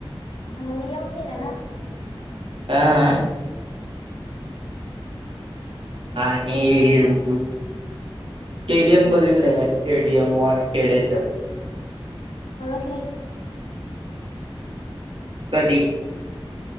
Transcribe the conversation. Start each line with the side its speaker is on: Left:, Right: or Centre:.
Left: मग मी येऊन गेला ना तिकडे
Right: आह आणिळ स्टेडियम बघितलंय का स्टेडियम वन खेडेच
Left: बघत नाही
Right: कधी